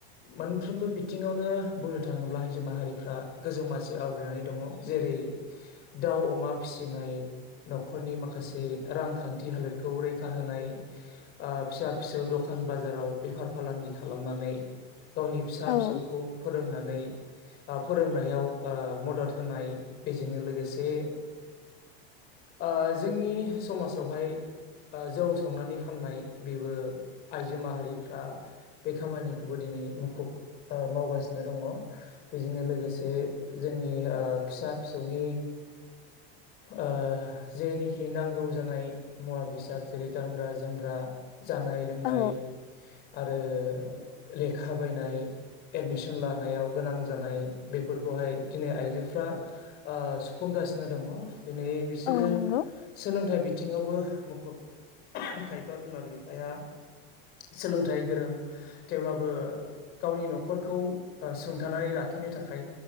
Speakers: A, on the left (about 35°); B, on the left (about 65°).
A: मोनफ्रोमबो बिथिङावनो बुं बुंनो थाङोब्ला आइजो माहारिफ्रा गोजौ मासि आवग्रिनानै दङ जेरै दाउ अमा फिसि नाय न'खरनि माखासे रांखान्थि हालोदखौ रैखा होनाय ओ फिसा फिसौ दखान बाजाराव बेफार फालांगि खालामनानै गावनि फिसा
B: औ
A: फिसौखौ फोरोंनानै ओ फोरोंनायाव ओ मदद होनाय बेजोंनो लोगोसे ओ जोंनि समाजावहाय ओ जौ संनानै फाननाय बेबो आइजो माहारिफ्रा बे खामानिखौबो दिनै मुखुब ओ मावगासिनो दङ बेजोंनो लोगोसे जों नि ओ फिसा फिसौनि ओ जेनिखि नांगौ जानाय मुवा बेसाद जेरै गानग्रा जोमग्रा जानाय लोंनाय
B: औ
A: आरो लेखा बायनाय एडमिसन लानायाव गोनां जानाय बेफोरखौहाय दिनै आइजोफ्रा ओ सुफुं गासिनो दङ। दिनै बिसोरो
B: औ नंगौ
A: सोलोंथाइ बिथिङावबो मुखुब खायफा बिमा बिफा। फाया। सोलोंथाइ गोरों थेवब्लाबो गावनि न'खरखौ ओ सुंथानानै लाख खिनो थाखाय